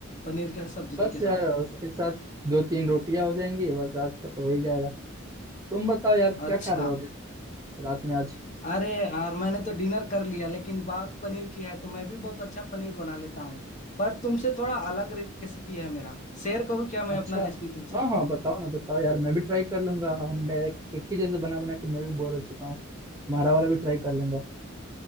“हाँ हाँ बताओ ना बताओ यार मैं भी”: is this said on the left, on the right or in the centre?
Right